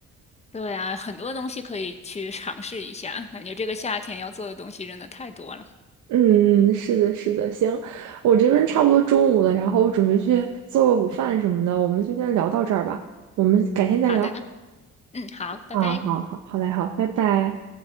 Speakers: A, on the left; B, on the right.
A: 对啊，很多东西可以去尝试一下，感觉这个夏天要做的东西真的太多了。
B: 嗯，嗯是的，是的，行，我这边差不多中午了，然后我准备去做个午饭什么的，我们就先聊到这儿吧，我们改天再聊。
A: 好的，嗯，好，拜拜。
B: 啊，好好，好嘞，好，拜拜。